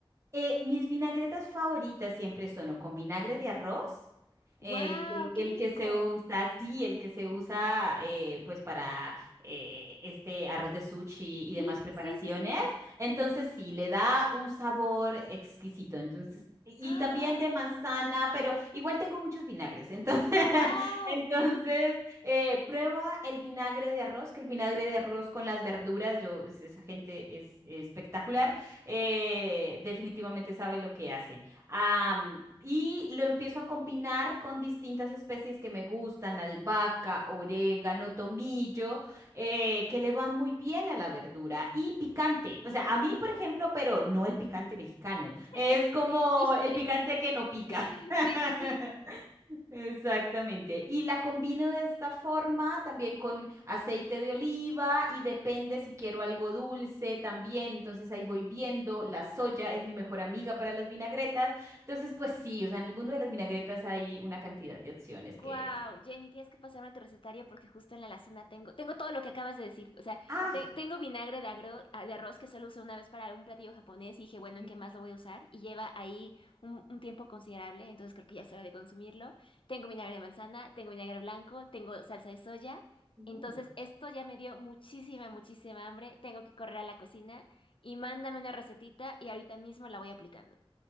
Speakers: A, on the right; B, on the left.
A: Eh, mis vinagretas favoritas siempre son o con vinagre de arroz, eh,
B: ¡Guau!
A: el,
B: ¡Qué
A: el
B: rico!
A: que se usa, sí, el que se usa eh, pues para eh, este arroz de sushi y
B: Sí,
A: demás preparaciones.
B: sí, sí, sí.
A: Entonces sí, le da un sabor exquisito. Entonces, y
B: ¡Ah!
A: y también de manzana, pero igual tengo muchos vinagres. Entonces, <laughs>
B: ¡Guau!
A: entonces eh, prueba el vinagre de arroz, que el vinagre de arroz con las verduras, yo, es- esa gente es espectacular eh, definitivamente sabe lo que hacen. Am, y lo empiezo a combinar con distintas especies que me gustan, albahaca, orégano, tomillo, eh, que le van muy bien a la verdura y picante. O sea, a mí, por ejemplo, pero no el picante mexicano,
B: <laughs>
A: es como
B: Híjole.
A: el picante
B: <laughs>
A: que no pica.
B: Sí,
A: <laughs>
B: sí, sí.
A: Exactamente. Y la combino de esta forma también con aceite de oliva y depende si quiero algo dulce también. Entonces ahí voy viendo. La soya es mi mejor amiga para las vinagretas. Entonces, pues sí, o sea, en el mundo de las vinagretas hay una cantidad de opciones que...
B: Wow,
A: se-
B: Jenny, tienes que pasarme tu recetario porque justo en la alacena tengo, tengo todo lo que acabas de decir. O sea,
A: Ah,
B: te- tengo vinagre de, agro- ah, de arroz que solo usé una vez para un platillo japonés y dije, bueno, ¿en
A: Ujú.
B: qué más lo voy a usar? Y lleva ahí un, un tiempo considerable, entonces creo que ya es hora de consumirlo. Tengo vinagre de manzana, tengo vinagre blanco, tengo salsa de soya.
A: uh,
B: Entonces, esto ya me dio muchísima, muchísima hambre. Tengo que correr a la cocina y mándame una recetita y ahorita mismo la voy aplicando.